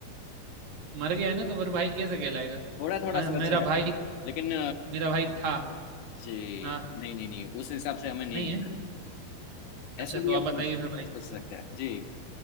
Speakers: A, on the right; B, on the left.
A: मर गया है ना तो फिर भाई कैसे कहलाएगा
B: थोड़ा थोड़ा
A: मैं,
B: सच
A: मेरा
B: है
A: भाई
B: लेकिन
A: मेरा भाई था
B: जी
A: हाँ
B: नहीं नहीं नहीं उस हिसाब से हमें नहीं
A: नहीं
B: लेना
A: है
B: ऐसे
A: अच्छा तो
B: भी
A: आप
B: हम
A: बताइए
B: सोच
A: फिर भाई
B: सोच सकते हैं जी